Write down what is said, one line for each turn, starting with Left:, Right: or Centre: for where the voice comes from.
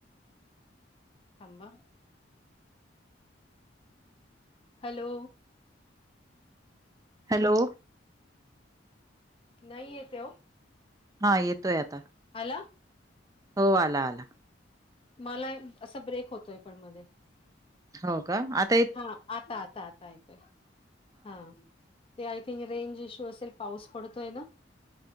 Left: थांबा हॅलो
Right: हॅलो
Left: नाही येते ओ.
Right: हा येतोय आता
Left: आला?
Right: हो आला आला
Left: मला, असा ब्रेक होतोय पण मध्ये
Right: हो का--आत
Left: हा आता आता आता येतोय हा. काय ते रेंज इश्यू असेल पाऊस पडतोय ना